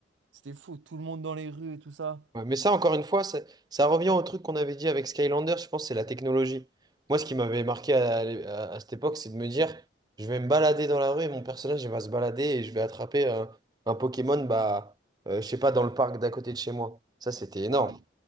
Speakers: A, on the right; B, on the right.
A: C'était fou, tout le monde dans les rues et tout ça.
B: Ouais, mais ça, encore une fois, ça, ça revient au truc qu'on avait dit avec Skylander, je pense, c'est la technologie. Moi, ce qui m'avait marqué à, à- à cette époque, c'est de me dire, je vais me balader dans la rue et mon personnage, il va se balader et je vais attraper un, un Pokémon, bah, euh, je sais pas, dans le parc d'à côté de chez moi. Ça, c'était énorme.
A: Euh,